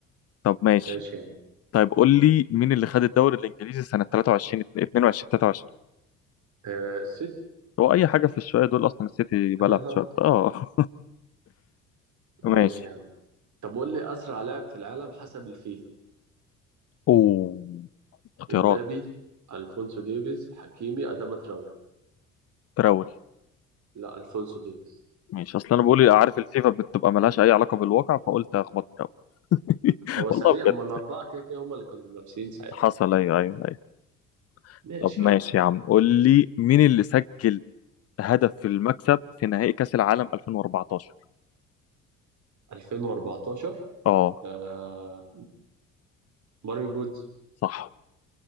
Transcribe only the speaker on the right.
ماشي يا عم
آه السيتي
<laughs>
ماشي
يا عم طب قول لي أسرع لاعب في العالم حسب الفيفا
امبابي الفونسو ديفيز حكيمي اداما تراوري
لا الفونسو ديفيز
هو سريع
اما
الاربعه كده كده هم اللي كانوا منافسين ساعتها
ماشي
يا عم
2014
آه ماريو جودز